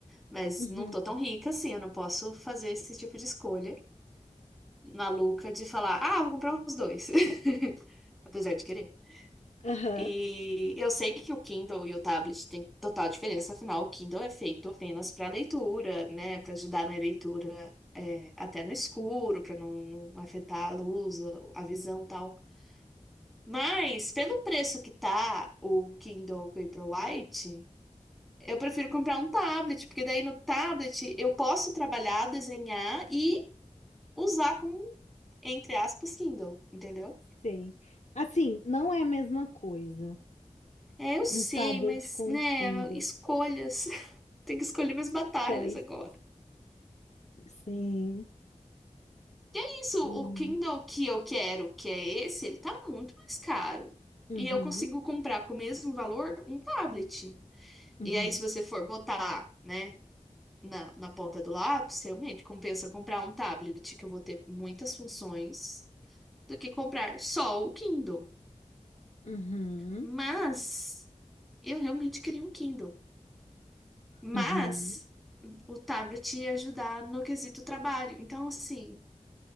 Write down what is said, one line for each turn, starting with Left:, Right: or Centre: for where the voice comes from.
Centre: Mas
Left: uhum,
Centre: não tô tão rica assim, eu não posso fazer esse tipo de escolha maluca de falar, ah, vou comprar os dois. <laughs> Apesar de querer.
Left: aham,
Centre: E eu sei que o Kindle e o tablet têm total diferença, afinal, o Kindle é feito apenas para leitura, né? Para ajudar na leitura é, até no escuro, para não, não afetar a luz, a visão e tal. Mas, pelo preço que tá o Kindle Paperwhite, eu prefiro comprar um tablet, porque daí no tablet eu posso trabalhar, desenhar e usar como, entre aspas, Kindle, entendeu?
Left: sei. Assim, não é a mesma coisa.
Centre: É, eu sei,
Left: Um tablet
Centre: mas,
Left: com
Centre: né,
Left: um Kindle.
Centre: escolhas. <laughs> Tem que escolher minhas batalhas
Left: Choices.
Centre: agora.
Left: Sim,
Centre: Isso,
Left: sim.
Centre: o Kindle que eu quero, que é esse, ele tá muito mais caro.
Left: Uhum,
Centre: E eu consigo comprar com o mesmo valor um tablet.
Left: uhum,
Centre: E aí, se você for botar, né, na, na ponta do lápis, realmente compensa comprar um tablet que eu vou ter muitas funções do que comprar só o Kindle.
Left: uhum,
Centre: Mas eu realmente queria um Kindle. Mas
Left: uhum,
Centre: o tablet ia ajudar no quesito trabalho. Então, assim.